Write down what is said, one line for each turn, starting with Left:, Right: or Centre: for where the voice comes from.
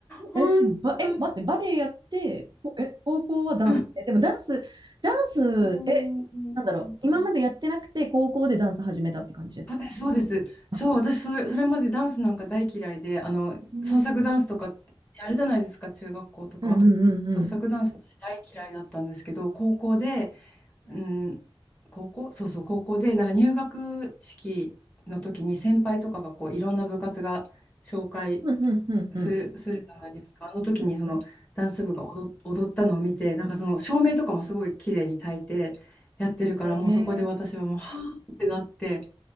Left: 本当。
Right: え、でもば、え、待って、バレエやって、こえ、高校はダンス。
Left: うん。
Right: え、でもダンス、ダンス、
Left: うん
Right: え、なんだろう、今までやってなくて、高校でダンス始めたって感じですか
Left: そうです、そうです。
Right: あ、
Left: そう、私それ、それまでダンスなんか大嫌いで、あの、
Right: ね
Left: 創作ダンスとかやるじゃないですか、中学校とか。
Right: うんうんうんうん。
Left: 創作ダンス私大嫌いだったんですけど、高校で、うん、高校、そうそう、高校で、なんか入学式の時に先輩とかがこういろんな部活が紹介
Right: うんうんうんうん。
Left: する、するじゃないですか。あの時にそのダンス部が踊、
Right: うんうん
Left: 踊ったのを見て、なんかその照明とかもすごい綺麗に焚いてやってるから、
Right: え
Left: もうそこで私はもう、はぁってなって